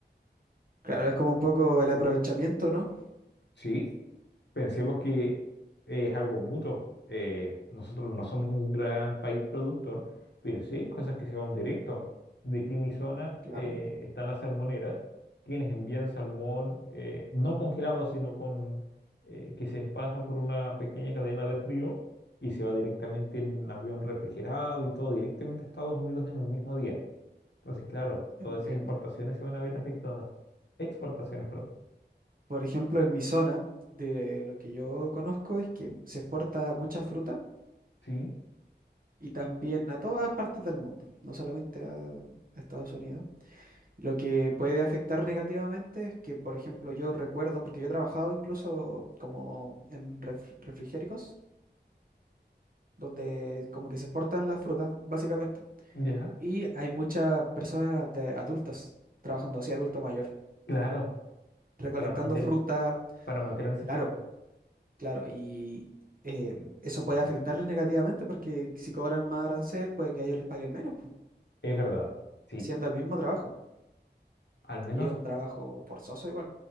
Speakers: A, on the right (about 50°); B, on the left (about 75°).
A: Claro, es como un poco el aprovechamiento, ¿no?
B: Sí, Pensemos que eh, es algo mutuo. Eh, nosotros no somos un gran país productor, pero sí hay cosas que se van directo. De aquí en mi zona
A: Claro,
B: eh, están las salmoneras, quienes envían salmón eh, no congelado, sino con eh, que se pasa por una pequeña cadena de frío y se va directamente en un avión refrigerado y todo directamente a Estados Unidos en un mismo día. Entonces, claro,
A: entiendo.
B: todas esas importaciones se van a ver afectadas. Exportaciones, perdón.
A: Por ejemplo, en mi zona, de lo que yo conozco es que se exporta mucha fruta
B: Sí,
A: y también a todas partes del mundo, no solamente a, a Estados Unidos. Lo que puede afectar negativamente es que, por ejemplo, yo recuerdo, porque yo he trabajado incluso como en ref- refrigéricos, donde como que se exportan las frutas, básicamente,
B: ya,
A: y hay muchas personas de adultas trabajando así, adulto mayor,
B: claro,
A: recolectando
B: para mantener.
A: fruta.
B: para mantenerse
A: Claro,
B: frescos.
A: Claro, y eh, eso puede afectarles negativamente porque si cobran más arancel, puede que a ellos les paguen menos, pu,
B: Es verdad, sí.
A: haciendo el mismo trabajo.
B: Al menos,
A: Y es un trabajo forzoso igual.